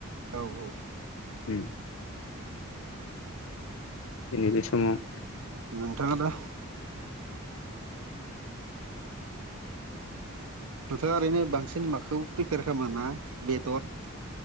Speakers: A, on the right (about 80°); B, on the left (about 65°).
A: औ औ
B: उम दिनै बे समाव
A: नोंथां आदा नोंथाङा ओरैनो बांसिन माखौ प्रिपेयार खालामो ना बेदर